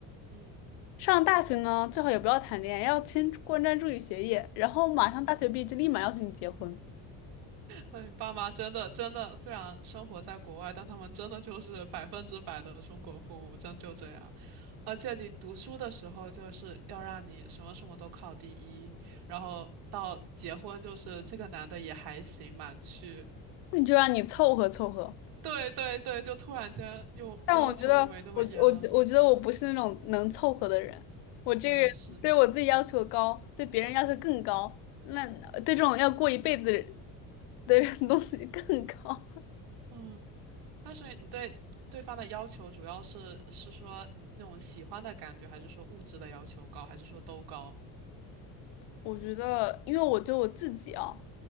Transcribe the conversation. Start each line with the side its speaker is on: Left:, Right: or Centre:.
Right: 嗯
Left: 上大学呢最好也不要谈恋爱，要先关专注于学业，然后马上大学毕业就立马要求你结婚，
Right: 嗯，那你爸妈真的真的，虽然生活在国外，但他们真的就是百分之百的中国父母，真就这样。而且你读书的时候，就是要让你什么什么都考第一，然后到结婚，就是这个男的也还行，满去。
Left: 你就让你凑合凑合。
Right: 对对对，就突然间又要求又没那么严了。
Left: 但我觉得，我我觉我觉得我不是那种能凑合的人。我这个人对我自己要求高，
Right: 我也是，
Left: 对别人要求更高，那对这种要过一辈子的人东西更高。
Right: 嗯。但是你对对方的要求主要是是说那种喜欢的感觉，还是说物质的要求高，还是说都高？
Left: 我觉得，因为我对我自己啊，